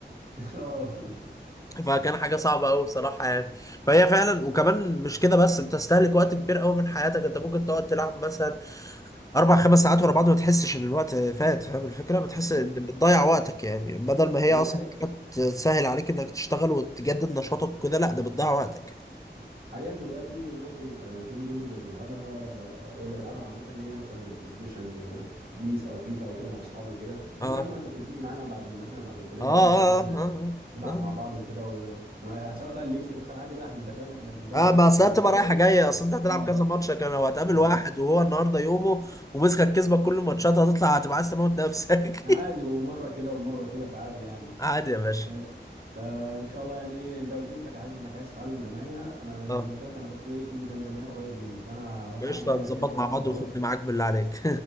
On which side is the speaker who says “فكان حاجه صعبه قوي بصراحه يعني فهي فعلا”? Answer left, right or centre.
Left